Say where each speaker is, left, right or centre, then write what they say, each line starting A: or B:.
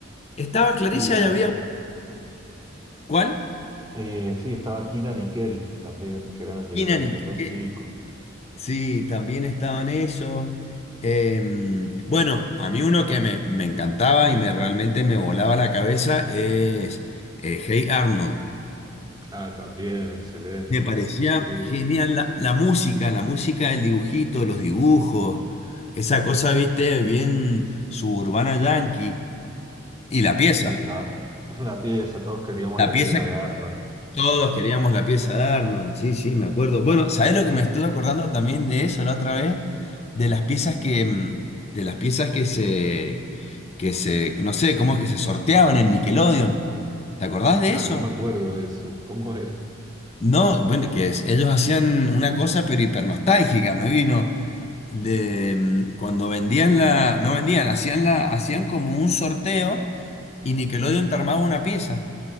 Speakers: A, on the left (about 30°); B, on the right (about 20°).
A: Estaba Clarisa
B: Sí, ah,
A: y había... ¿Cuál?
B: eh, sí, estaba Kina Nickel también, que eran de
A: Kinan
B: dos,
A: y
B: los dos
A: qué.
B: chicos.
A: Sí, también estaban esos. Em, bueno, a mí uno que me, me encantaba y me realmente me volaba la cabeza es eh, Hey Arnold.
B: Ah, también, excelente.
A: Me parecía
B: Sí, sí.
A: genial la, la música, la música, el dibujito, los dibujos, esa cosa, viste, bien suburbana yankee. Y la pieza,
B: Sí, está <laughs> la pieza, todos queríamos
A: la
B: la
A: pieza,
B: pieza de Arnold.
A: todos queríamos la pieza de Arnold, sí, sí, me acuerdo. Bueno, ¿sabés lo que me estuve acordando también de eso la otra vez? De las piezas que, mm, de las piezas que se, que se, no sé, cómo es que se sorteaban en Nickelodeon. ¿Te acordás de
B: Ah,
A: eso?
B: no me acuerdo de eso. ¿Cómo era?
A: No, bueno, que es- ellos hacían una cosa pero hipernostálgica, me vino. de mm, cuando vendían la, no vendían, hacían la, hacían como un sorteo y Nickelodeon te armaba una pieza